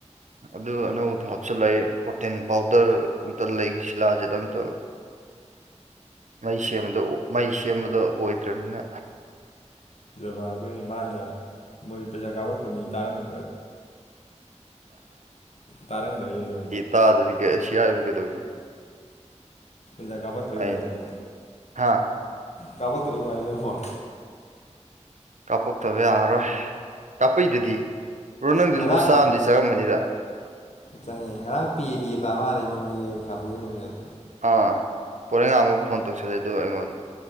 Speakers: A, on the right (about 80°); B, on the left (about 65°).
A: ꯑꯗꯨ ꯑꯅꯧꯕꯗꯣ ꯍꯥꯞꯆꯤꯜꯂꯛꯑꯦ ꯄ꯭ꯔꯣꯇꯤꯟ ꯄꯥꯎꯗꯔ ꯑꯝꯇ ꯂꯩꯒ ꯁꯤꯜꯂꯥꯥꯁꯗ ꯑꯝꯇꯧꯒ ꯃꯩ ꯁꯦꯝꯕꯗ ꯃꯩ ꯁꯦꯝꯕꯗ ꯑꯣꯏꯗ꯭ꯔꯅꯤꯅ
B: ꯖꯕ ꯑꯩꯈꯣꯏꯒꯤ ꯃꯥꯅ ꯃꯣꯏ ꯄꯩꯁꯥ ꯀꯥꯄꯛꯇꯣ ꯃꯤꯥꯔꯒꯅꯤ ꯇꯥꯔꯝꯒꯅꯤꯗ
A: ꯑꯦ ꯇꯥꯗꯗꯤ ꯀ ꯁꯤ ꯍꯥꯏꯕꯕꯨ ꯀꯩꯗꯧꯒꯦ
B: ꯖ ꯀꯥꯕ ꯇꯔꯤꯒ
A: ꯑꯩꯅ
B: ꯇꯕꯣ
A: ꯍꯥ
B: ꯀꯥꯕ ꯇꯔꯤ ꯇꯕꯣ
A: ꯀꯥꯞꯄꯛꯇꯕ ꯌꯥꯔꯔꯣꯏ ꯀꯥꯞꯄꯛꯩꯗꯨꯗꯤ ꯔꯣ ꯅꯪꯗꯤ
B: ꯉꯔꯥꯡ
A: ꯂꯨꯄꯥ ꯆꯥꯝꯃꯗꯤ ꯆꯪꯉꯝꯕꯅꯤꯗ
B: ꯆꯪꯉꯦ ꯉꯔꯥꯡ ꯄꯦꯗꯤꯦ ꯇꯥ ꯃꯥꯥꯟꯜꯂꯤꯅꯣ ꯑꯩꯒꯤ ꯄꯩꯁꯥ ꯄꯤꯕ ꯅꯨꯃꯤꯠ
A: ꯑꯥ ꯄꯣꯔꯦꯉꯥ ꯑꯃ ꯐꯣꯟ ꯇꯧꯁꯜꯂꯦ ꯑꯗꯨꯒ ꯑꯩꯉꯣꯟꯗ